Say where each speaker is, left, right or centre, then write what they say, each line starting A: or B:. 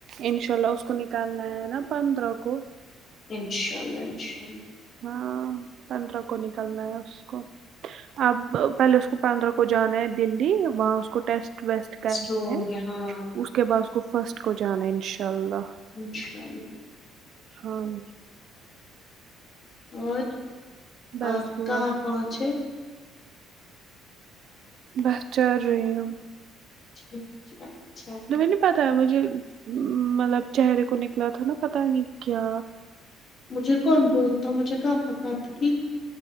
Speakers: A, on the right; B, on the left.
A: انشاء اللہ اس کو نکالنا ہے نا پندرہ کو
B: انشاء اللہ انشاء اللہ
A: ہاں پندرہ کو نکلنا ہے اس کو اب پہلے اس کو پندرہ کو جانا ہے دلی وہاں اس کو ٹیسٹ ٹیسٹ کرنی
B: ہوں
A: ہیں
B: گے ہاں
A: اس کے بعد اس کو فرسٹ کو جانا ہے انشاء اللہ
B: انشاء اللہ
A: ہمم
B: اور
A: بس
B: آپ
A: دعا
B: کہاں پہنچے
A: بہے چارہی ہوں
B: ٹھیک چے اچھا ہے
A: تمہیں نہیں پتا ہے مجھے مطلب چہرے کو نکلا تھا نا پتا نہیں کیا
B: مجھے کون بولتا مجھے کہاں پتا تھا کی